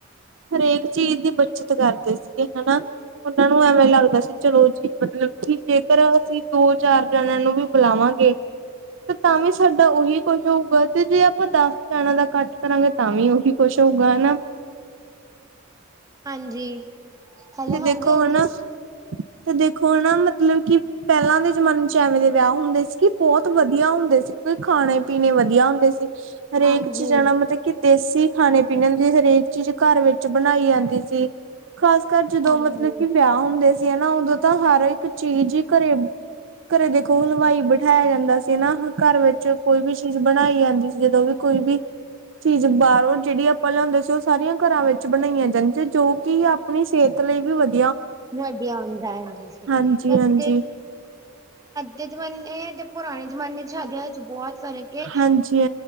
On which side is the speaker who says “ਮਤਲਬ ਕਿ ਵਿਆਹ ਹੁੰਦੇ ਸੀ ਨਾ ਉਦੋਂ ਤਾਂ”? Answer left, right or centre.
Right